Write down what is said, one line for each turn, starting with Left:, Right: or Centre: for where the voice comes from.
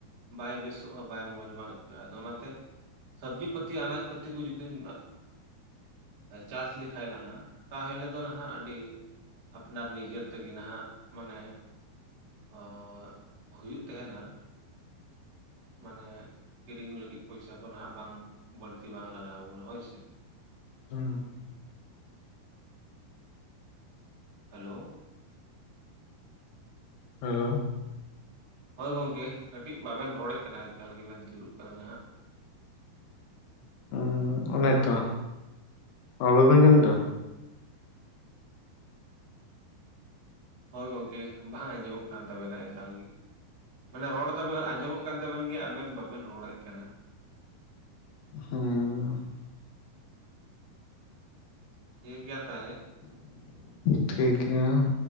Right: ᱵᱟᱭ ᱵᱮᱥᱚᱜᱼᱟ ᱵᱟᱭ ᱢᱚᱡᱽ ᱵᱟᱝ ᱟᱹᱭᱠᱟᱹᱜᱼᱟ ᱟᱫᱚ ᱚᱱᱟᱛᱮ ᱥᱚᱵᱡᱤ ᱯᱟᱛᱤ ᱟᱱᱟᱡ ᱯᱛᱤ ᱠᱚ ᱡᱩᱫᱤᱢ ᱪᱟᱥ ᱞᱮᱠᱷ ᱠᱷᱟᱱ ᱱᱟᱦᱟᱜ ᱛᱟᱦᱚᱞᱮ ᱫᱚ ᱱᱟᱦᱟᱜ ᱟᱹᱰᱤ ᱟᱯᱱᱟᱨ ᱱᱤᱡᱮᱨ ᱛᱮᱜᱮ ᱱᱟᱦᱟᱜ ᱢᱟᱱᱮ ᱚᱸ ᱦᱩᱭᱩᱜ ᱛᱟᱦᱮᱱᱟ ᱾ ᱢᱟᱱᱮ ᱠᱤᱨᱤᱧ ᱞᱟᱹᱜᱤᱫ ᱯᱚᱭᱥᱟ ᱠᱚ ᱱᱟᱦᱟᱜ ᱵᱟᱝ ᱵᱟᱹᱲᱛᱤ ᱵᱟᱝ ᱞᱟᱜᱟᱣ ᱵᱚᱱᱟ ᱦᱳᱭᱥᱮ ᱾
Left: ᱦᱮᱸ ᱾
Right: ᱦᱮᱞᱳ
Left: ᱦᱮᱞᱳ
Right: ᱦᱳᱭ ᱜᱚᱝᱠᱮ ᱠᱟᱹᱴᱤᱡ ᱵᱟᱵᱮᱱ ᱨᱚᱲᱮᱫ ᱠᱟᱱᱟ ᱮᱠᱟᱞ ᱜᱮᱵᱮᱱ ᱛᱷᱤᱨᱚᱜ ᱠᱟᱱᱟ ᱱᱟᱦᱟᱜ ᱾
Left: <inaudible> ᱚᱱ ᱛᱚ ᱨᱚᱲ ᱵᱟᱵᱤᱱ ᱟᱸᱡᱚᱢ ᱫᱟ
Right: ᱦᱳᱭ ᱜᱚᱢᱠᱮ ᱵᱟᱝ ᱟᱸᱡᱚᱢᱚᱜ ᱠᱟᱱ ᱛᱟᱵᱮᱱᱟ ᱮᱠᱟᱞ ᱜᱮ ᱢᱟᱱᱮ ᱨᱚᱲ ᱫᱚ ᱟᱸᱡᱚᱢᱚᱜ ᱠᱟᱱ ᱛᱟᱵᱮᱱ ᱜᱮᱭᱟ ᱟᱵᱮᱱ ᱵᱟᱵᱮᱱ ᱨᱚᱲᱮᱫ ᱠᱟᱱᱟ ᱾
Left: ᱦᱩᱸ ᱾
Right: ᱴᱷᱤᱠ ᱜᱮᱭᱟ ᱛᱟᱦᱚᱞᱮ ᱾
Left: ᱴᱷᱤᱠ ᱜᱮᱭᱟ ᱾